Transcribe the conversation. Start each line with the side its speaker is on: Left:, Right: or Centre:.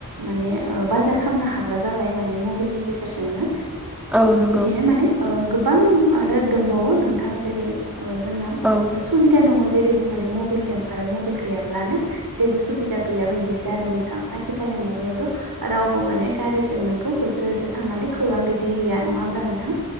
Right: माने ओ बाजार खालामनो हाग्रा जाबाय माने मबाइलनि गेजेरजोंनो।
Centre: औ नंगौ औ नंगौ
Right: बिदिनो माने ओ गोबां आरो दंबावो नोंथां जेरै ओ जोंना
Centre: औ
Right: सुबिदा दङ जेरैबो माने मबाइलजों आरो मबाइल गैयाब्लानो जेबो सुबिदा गैया बायदिसो आरो नोंथां आथिखालनि मुगायावथ' राव बो माने गारिजों नोंखौ होसो होसो थांनानै खौरां दैथायहैया नङा होमबा नोंथां